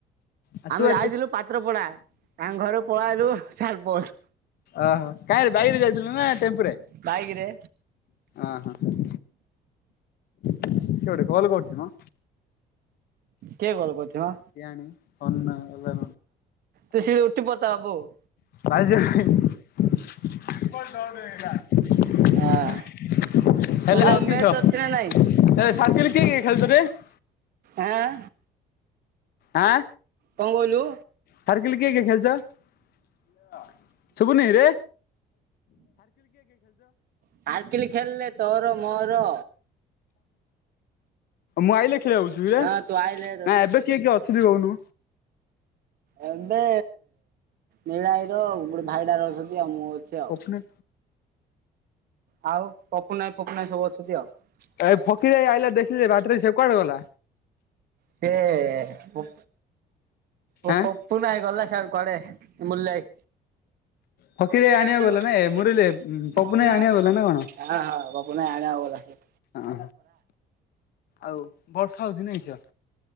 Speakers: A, on the left; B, on the right.
A: ଆ
B: ଆମେ
A: ତୁ ଏଠି
B: ଯାଇଥିଲୁ ପା ପତ୍ର ପଡ଼ା ତାଙ୍କ ଘରୁ ପଳେଇଆଇଲୁ ସିଆଡେ ବସ୍‌
A: ଓ ହୋ କାହିଁରେ ବାଇକ୍ ରେ ଯାଇଥିଲୁ ନା ଟେମ୍ପୁରେ
B: ବାଇକ ରେ
A: ଅ ହ। କିଏ ଗୋଟେ କଲ କରୁଚି ମ।
B: କିଏ କଲ କରୁଚି ମ?
A: କେଆଣି ଫୋନ ଏବେ
B: ତ ସେ ଉଟି ପତା ଅଗୁକୁ।
A: ଭାଈ ସିଏ ହେଲେ ଆଉ କିସ ହେଲେ
B: ହଁ
A: ଶାନ୍ତି ରେ
B: ହେଲେ
A: କିଏ
B: ମ୍ୟାଚ୍ ଅଛି ନା
A: କିଏ
B: ନାଇଁ?
A: ଖେଳୁଚ ରେ।
B: ଆଁ?
A: ଆଁ?
B: କଣ କହିଲୁ?
A: ସାର୍କିଲି କିଏ କେଏ ଖେଳୁଚ ଶୁବୁନି କିରେ?
B: ସାର୍କିଲି ଖେଳଲେ ତୋର ମୋର।
A: ମୁଁ ଆଇଲେ ଖଳୁଥୁବେ
B: ହଁ
A: ଆଁ
B: ତୁ ଆଇଲେ
A: ଏବେ କିଏ କିଏ ଅଛନ୍ତି କୋହୁନୁ?
B: ଆ ଏବେ ନୀଳା ଭାଇର ଗୋଟେ ଭାଇଟାର ଅଛନ୍ତି ଆଉ ମୁଁ ଅଛି ଆଉ।
A: ପଛନେ
B: ଆଉ ପପୁନା ଆଇ ପପୁନା ଆଇ ସବୁ ଅଛନ୍ତି ଆଉ।
A: ଏ ଫକିର ଭାଇ ଆଇଲା ଦେଖିଲି ବାଟରେ ସେ କୁଆଡେ ଗଲା?
B: ସିଏ ପ ଓ
A: ଆଁ
B: ପପୁନା ଆଇ ଗଲା ସିଆଡେ କୁଆଡେ ବୁଲାଇ।
A: ଫକିର
B: ପକେଇ
A: ଭାଇ
B: ଆଣିବାକୁ
A: ଗଲା ନା
B: ଗଲାନି
A: ଏ
B: <unintelligible>
A: ମୁରଲି ପପୁନ
B: ପପୁନା
A: ଭାଇ
B: ଆଇ
A: ଆଣିବାକୁ
B: ଆଣିବା ଗଲା
A: ନା କଣ?
B: ନ ପୁନା ଆଣିବାକୁ ଗଲା ସିଏ।
A: ଅହଁ ଆଉ ବର୍ଷା ହୋଉଚି ନାଇଁ ସିଅ